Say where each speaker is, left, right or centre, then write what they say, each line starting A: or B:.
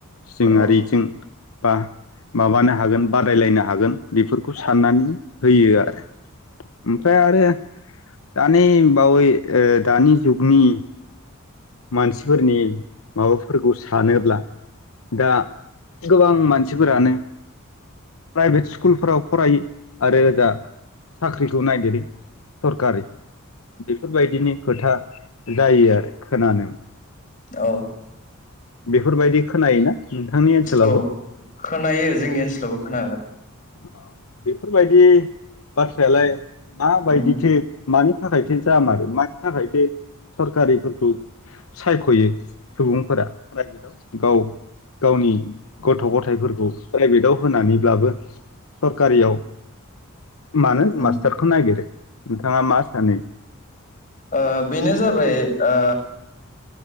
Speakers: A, on the left; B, on the left.
A: जोंआरिजों
B: उम
A: बा माबानो हागोन रायलायनो हागोन बेफोरखौ साननानै होयो <inaudible> ओमफ्राय आरो दानि बावै ओ दानि जुगनि मानसिफोरनि माबाफोरखौ सानोब्ला दा गोबां मान मानसिफोरानो प्राइभेट स्कुलफोराव फरायो आरो ओजा सा ख्रिखौ नागिरो सरखारि बेफोरबायदिनि खोथा जायो आरो खोनानो मोनो
B: औ उम औ
A: <inaudible> बेफोरबायदि खोनायोना नोंथांनि ओनसोलावबो
B: औ खोनायो जोंनि ओनसोलावबो खोनायो
A: <unintelligible> अ बेफोरबायदि बाथ्रायालाय माबायदिथो
B: उम
A: मानि थाखायथो जाामारो मानि थाखायो सरखारिफोरखौ सायखयो सुबुंफोरा प्राइभेटआव गाव गावनि गथ गथाइफोरखौ प्राइभेटआव होनानै बाबो सरकारियाव मानो
B: उम
A: मास्टारखौ नागिरो नोंथाङा मा सानो
B: ओ बेनो जाबाय ओ